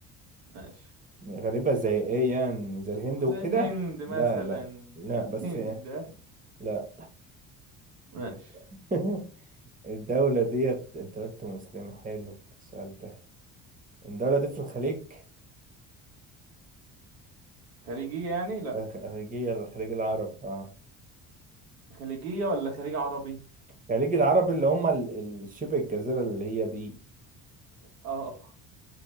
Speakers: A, on the right; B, on the right.
A: ماشي
B: غريبة زي ايه يعني زي الهند
A: زي
B: وكده
A: الهند مثلا
B: لا لا لا
A: <laughs> الهند
B: بس
A: ده
B: لا
A: ماشي
B: <laughs> الدولة ديت انت قلت مسلمة حلو السؤال ده الدولة دي في الخليج
A: خليجية يعني لا
B: الخليجية الخليج العربي اه
A: خليجية ولا خليج عربي
B: الخليج العربي اللي هم ال- ال- شبه الجزيرة اللي هي دي
A: اه